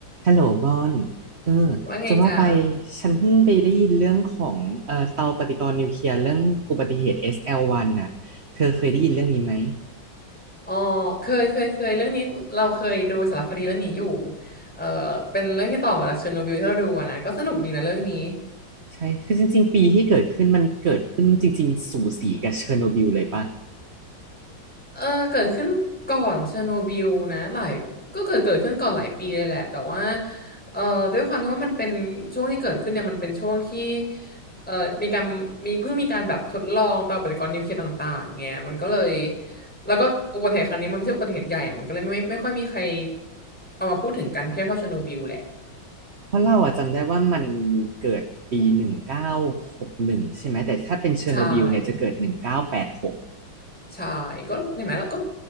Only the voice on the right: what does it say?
ฮัลโหลบอนเออ
จะว่าไปฉันเพิ่งไปได้ยินเรื่องของเอ่อเตาปฏิกรณ์นิวเคลียร์เรื่องอุบัติเหตุ SL1 นน่ะเธอเคยได้ยินเรื่องนี้ไหม
ใช่คือจริงๆปีที่เกิดขึ้นมันเกิดขึ้นจริงๆสูสีกับเชอร์โนบิลเลยป่ะ
เพราะเราอะจำได้ว่ามันเกิดปีหนึ่งเก้าหกหนึ่งใช่ไหมแต่ถ้าเป็นเชอร์โนบิลเนี่ยจะเกิดหนึ่งเก้าแปดหก